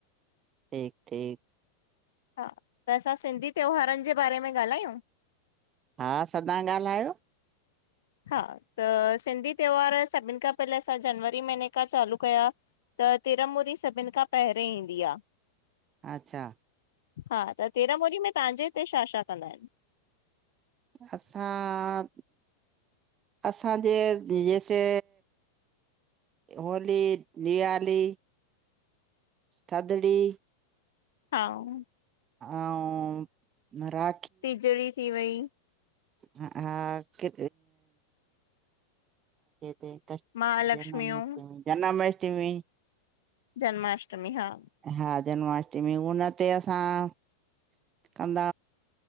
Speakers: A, on the right; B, on the left.
A: ठीक- ठीक!
B: हा त असां सिंधी त्योहारन जे बारे में ॻाल्हायूं।
A: हा सदां ॻाल्हायो।
B: हा त सिंधी त्योहार सभिन खां पहले असां जनवरी महीने खां चालू कया। त तिरमूरी सभिन खां पहरियोें ईंदी आ।
A: अच्छा!
B: हा त तिरामूरी में तव्हांजे हिते छा छा कंदा आहिन?
A: असां असांजे हिते होली, दियाली। थदड़ी।
B: हा!
A: अउं रा
B: तीजड़ी थी वई।
A: ह हा कि ते क
B: महालक्ष्मियूं
A: जनाष्टमी जनमाष्टमी
B: जन्माष्टमी हा।
A: हा जन्माष्टमी हुन तेे असां कंद